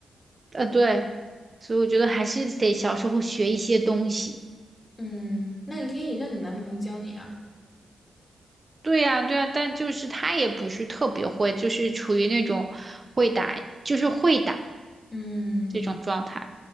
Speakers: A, on the right; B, on the left.
A: 呃，对，所以我觉得还是得小时候学一些东西。
B: 嗯，那你可以让你男朋友教你啊。
A: 对呀，对呀，但就是他也不是特别会，就是处于那种会打，就是会打
B: 嗯。
A: 这种状态，